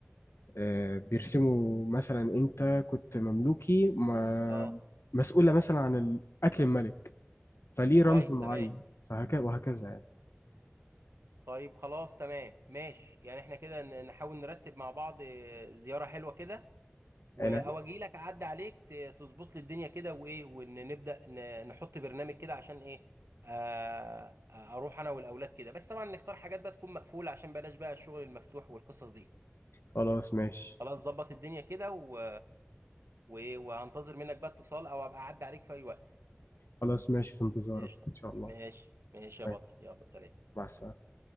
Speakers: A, on the left (about 75°); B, on the right (about 75°).
A: آه، بيرسموا مثلا انت كنت مملوكي ما
B: اه
A: مسؤولة مثلا عن قتل الملك فليه
B: كويس
A: رمز معين
B: تمام
A: فهكذا وهكذا يعني
B: طيب خلاص تمام ماشي يعني احنا كده ن- نحاول نرتب مع بعض آه، زيارة حلوة كده و-
A: انا
B: او اجي لك اعدي عليك ت- تظبط لي الدنيا كده وايه ونبدا ن- نحط برنامج كده عشان ايه آه، آه، اروح انا والاولاد كده بس طبعا نختار حاجات بقى تكون مقفوله عشان بلاش بقى الشغل المفتوح والقصص دي
A: خلاص ماشي
B: خلاص ظبط الدنيا كده و... و... وهنتظر منك بقى اتصال او ابقى اعدي عليك في اي وقت
A: خلاص ماشي في انتظارك
B: قشطه
A: ان شاء الله
B: ماشي ماشي يا
A: ماشي
B: بطل يلا سلام
A: مع السلامة